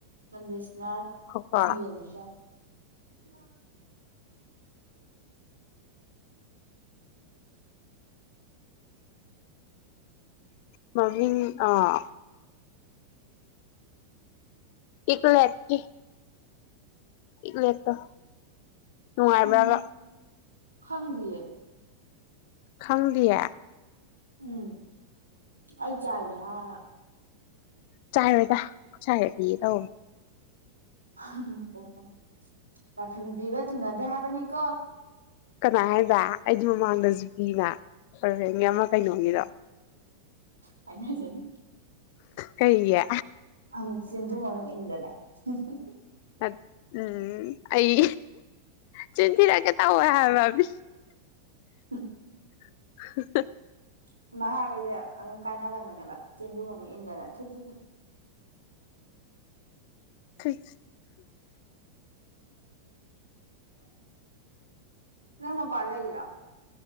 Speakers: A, on the right; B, on the left.
A: ꯀꯟꯗꯤꯁ ꯌꯥꯔꯦ
B: ꯈꯣꯀꯣ
A: ꯑꯩꯅ ꯌꯣꯟꯒꯦꯁꯨ ꯌꯥꯏ <unintelligible>
B: ꯃꯃꯤꯡ ꯑꯥ ꯏꯄꯂꯦꯠꯀꯤ ꯏꯒꯂꯦꯇꯣ ꯅꯨꯡꯉꯥꯏꯕ꯭ꯔꯥꯕ
A: ꯎꯝ ꯈꯪꯗꯤꯌꯦ
B: ꯈꯪꯗꯤꯌꯦ
A: ꯎꯝ ꯑꯩ ꯆꯥꯏ ꯌꯥꯍꯥ
B: ꯆꯥꯏꯔꯣꯏꯗ ꯆꯥꯏꯔꯗꯤꯅ ꯇꯧ
A: ꯎꯝ ꯑꯣ ꯄꯔꯐ꯭ꯌꯨꯝ ꯄꯤꯕ ꯊꯨꯅꯗꯦ ꯍꯥꯏꯕꯅꯤꯀꯣ
B: ꯀꯅꯥ ꯍꯥꯏꯕ ꯑꯩꯗꯤ ꯃꯃꯥꯡꯗꯁꯨ ꯄꯤꯅ ꯐꯔ ꯑꯃ ꯀꯩꯅꯣꯒꯤꯔꯣ
A: ꯀꯥꯏꯅ ꯖꯅꯤ
B: ꯀꯩꯒꯤ
A: ꯑꯃꯨꯛ ꯆꯤꯟꯗꯨꯨꯡ ꯑꯃꯨꯛ ꯏꯟꯗꯅ <unintelligible>
B: ꯑ ꯎꯝ ꯑꯩ ꯆꯤꯟꯊꯤꯔꯀꯦ ꯇꯧꯋꯦ ꯍꯥꯏꯕ ꯃꯤ
A: ꯍ
B: <unintelligible>
A: ꯁꯨꯃꯥꯏꯅ ꯍꯥꯏꯕꯁꯦ ꯑꯗꯨꯝ ꯀꯥꯏꯅꯒꯟꯕꯅꯦꯕ ꯆꯦꯟꯗꯨ ꯑꯃꯨꯛ ꯏꯟꯗꯅ ꯊꯨ ꯊꯨ ꯊꯨ
B: ꯊꯨꯏ
A: ꯅꯪ ꯄꯥꯟ ꯂꯩꯔꯤꯔꯣ